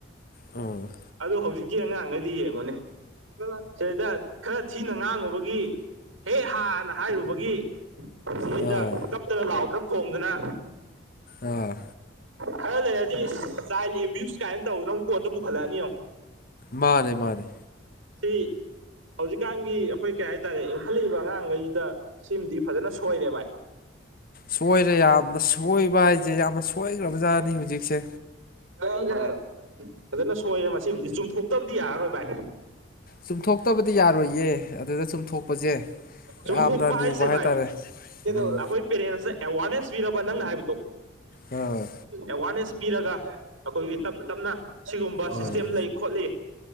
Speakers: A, on the left; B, on the right.
A: ꯑꯥ
B: ꯑꯗꯣ ꯍꯧꯖꯤꯛꯀꯤ ꯑꯉꯥꯡꯒꯩꯗꯤ ꯌꯦꯡꯉꯣꯅꯦ ꯁꯤꯗꯩꯗ ꯈꯔ ꯊꯤꯅ ꯉꯥꯡꯉꯨꯕꯒꯤ ꯍꯦ ꯍꯥꯅ ꯍꯥꯏꯔꯨꯕꯒꯤ ꯁꯤꯗꯩꯗ
A: ꯑꯥ
B: ꯀꯞ ꯇꯅ ꯂꯥꯎꯗꯅꯥ ꯈꯣꯡꯗꯅ
A: ꯑꯥ
B: ꯈꯔ ꯂꯩꯔꯗꯤ ꯆꯥꯏꯜ ꯑꯦꯕ꯭ꯌꯨꯁ ꯀꯥꯏꯅ ꯇꯧꯗꯅ ꯀꯣꯔꯠꯇ ꯄꯨꯈꯠꯂꯛ ꯑꯅꯤ ꯌꯦꯡꯉꯣ
A: ꯃꯥꯅꯦ ꯃꯥꯅꯦ
B: ꯁꯤ ꯍꯧꯖꯤꯛꯀꯥꯟꯒꯤ ꯑꯈꯣꯏ ꯀꯩ ꯍꯥꯏꯇꯥꯔꯦ ꯏꯟꯈꯠꯂꯛꯏꯕ ꯑꯉꯥꯡꯒꯩꯖꯤꯗ ꯁꯤꯃꯗꯤ ꯐꯖꯅ ꯁꯣꯏꯔꯦ ꯚꯥꯏ <inaudible>
A: ꯁꯣꯏꯔꯦ ꯌꯥꯝꯅ ꯁꯣꯏꯕ ꯍꯥꯏꯖꯦ ꯌꯥꯝꯅ ꯁꯣꯏꯒ꯭ꯔꯕ ꯖꯥꯅꯤ ꯍꯨꯖꯤꯛꯁꯦ
B: ꯆꯂꯖꯦ ꯍꯥꯢꯔꯣ ꯐꯖꯅ ꯁꯣꯏꯌꯦ ꯃꯁꯤꯃꯗꯤ ꯆꯨꯝꯊꯣꯛꯇꯕꯗꯤ ꯌꯥꯔꯣꯏ ꯚꯥꯏ
A: ꯆꯨꯝꯊꯣꯛꯇꯕꯗꯤ ꯌꯥꯔꯣꯏꯌꯦ ꯑꯗꯨꯗ ꯁꯨꯝ ꯊꯣꯛꯄꯖꯦ
B: ꯆꯨꯝꯊꯣꯛꯄ
A: ꯌꯥꯝꯅ ꯂꯨꯕ
B: ꯍꯥꯏꯁꯦ
A: ꯍꯥꯏꯇꯥꯔꯦ
B: ꯚꯥꯏ
A: ꯎꯝ
B: ꯑꯩꯈꯣꯏ ꯄꯦꯔꯦꯟꯁꯅ ꯑꯦꯋꯥꯔꯅꯦꯁ ꯄꯤꯔꯕ ꯅꯪꯅ ꯍꯥꯏꯕꯗꯣ
A: ꯑꯥ
B: ꯑꯦꯋꯥꯔꯅꯦꯁ ꯄꯤꯔꯒ ꯑꯈꯣꯏꯒꯤ ꯇꯞꯅ ꯇꯞꯅ ꯁꯤꯒꯨꯝꯕ ꯁꯤꯁꯇꯦꯝ
A: ꯑꯥ
B: ꯂꯩ ꯈꯣꯠꯂꯤ